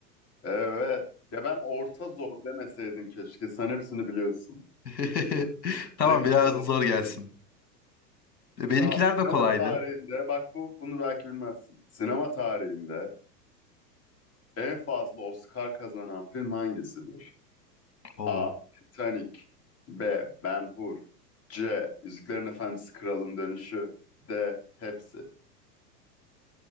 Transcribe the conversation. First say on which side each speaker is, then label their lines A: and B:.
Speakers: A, on the left; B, on the left.
A: evet. Ya ben orta zor demeseydin keşke. Sen hepsini biliyorsun.
B: <laughs> Tamam
A: Direkt
B: biraz
A: zor
B: da zor
A: kaçıyor.
B: gelsin. E, Benimkiler
A: Tamam. Sinema
B: de kolaydı.
A: tarihinde bak bu bunu belki bilmezsin. Sinema tarihinde en fazla Oscar kazanan film hangisidir?
B: Oo.
A: A. Titanic B. Ben-Hur C. Yüzüklerin Efendisi Kralın Dönüşü D. Hepsi.